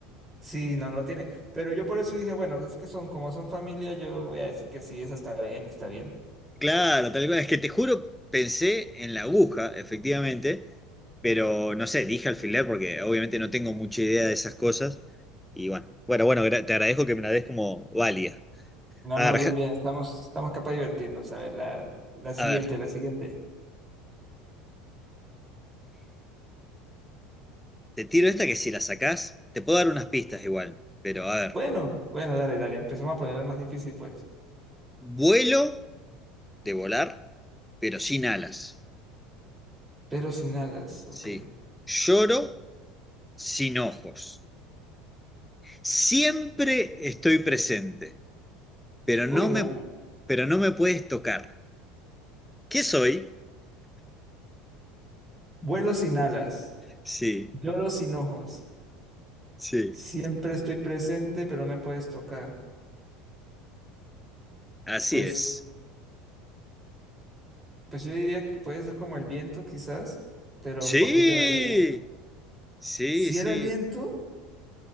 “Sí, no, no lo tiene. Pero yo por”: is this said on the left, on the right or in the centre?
Right